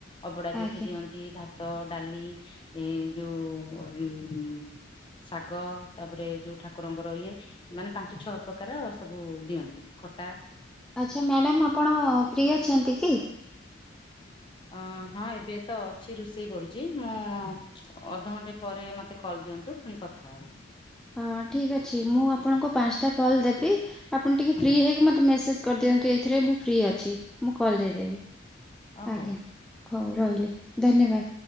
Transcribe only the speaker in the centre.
ଆଜ୍ଞା
ଆଚ୍ଛା ମ୍ୟାଡ଼ାମ୍ ଆପଣ ଫ୍ରି ଅଛନ୍ତି କି?
ହଁ ଠିକ୍ ଅଛି ମୁଁ ଆପଣଙ୍କୁ ପାଞ୍ଚଟା କଲ୍ ଦେବି ଆପଣ ଟିକିଏ ଫ୍ରି
ହେଇକି ମତେ ମେସେଜ୍ କରିଦିଅନ୍ତୁ ଏଇଥିରେ ମୁଁ ଫ୍ରି ଅଛି ମୁଁ କଲ ଦେଇଦେବି
ଆଜ୍ଞା।
ହଉ ରହିଲି ଧନ୍ୟବାଦ।